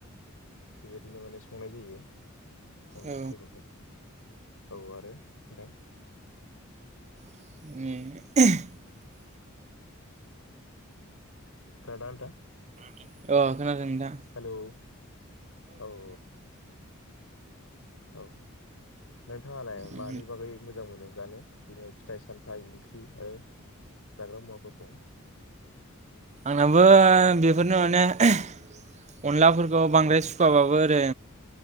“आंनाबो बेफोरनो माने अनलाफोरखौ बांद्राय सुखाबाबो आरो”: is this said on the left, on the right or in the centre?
Right